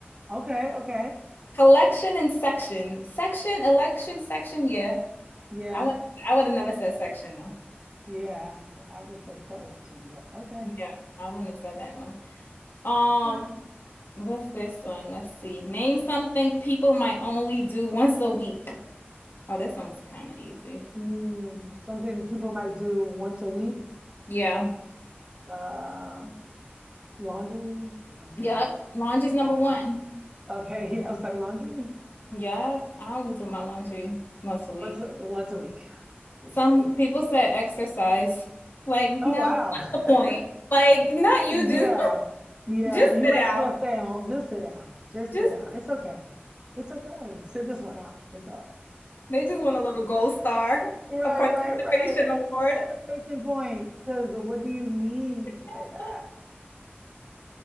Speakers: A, on the right; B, on the left.
A: Okay. Okay.
B: collection, and section. Section, election, section. Yeah,
A: Yeah.
B: I would I would have never said section though.
A: Yeah. So I was at selection, but okay.
B: Yeah, I wouldn't have said that one. Um,
A: All right.
B: what's this one? Let's see. Name something people might only do once a week. Oh, this one's kind of easy.
A: Mm, something people might do once a week.
B: Yeah.
A: Um, laundry. Uh,
B: Yep. Laundry's number
A: yeah.
B: one.
A: okay. <laughs> Yeah. I was like laundry
B: Yep. I only do my laundry once a week.
A: once a, once a week. Please.
B: Some people said exercise. Like,
A: Oh
B: now
A: wow.
B: what's the point?
A: <laughs>
B: Like, not you
A: Yeah.
B: just <laughs>
A: Yeah.
B: just
A: You
B: sit
A: might
B: out.
A: as well stay at home. Just sit down. Just
B: Just
A: sit down. It's okay. It's okay. Sit this one out. It's all right.
B: they just want a little gold star,
A: Right.
B: a participation
A: Right. Right.
B: award.
A: Observation points, because what do you mean by
B: <laughs>
A: that?